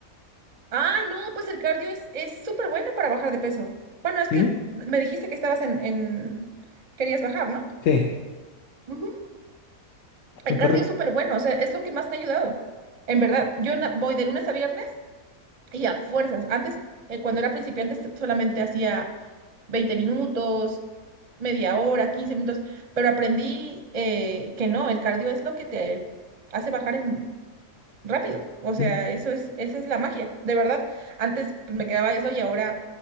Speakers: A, on the right; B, on the left.
A: Ay, no, pues el cardio es, es súper bueno para bajar de peso.
B: <laughs>
A: Bueno, es
B: ¿Sí?
A: que me dijiste que estabas en, en... querías bajar, ¿no?
B: Sí.
A: Ujú. El
B: no
A: cardio
B: te re-
A: es súper bueno, o sea, es lo que más me ha ayudado. En verdad, yo na- voy de lunes a viernes y a fuerzas. Antes, eh, cuando era principiante, s- solamente hacía Veinte minutos, media hora, 15 minutos, pero aprendí eh, que no, el cardio es lo que te hace bajar en- rápido. O sea,
B: sí.
A: eso es, esa es la magia, de verdad. Antes pues, me quedaba eso y ahora,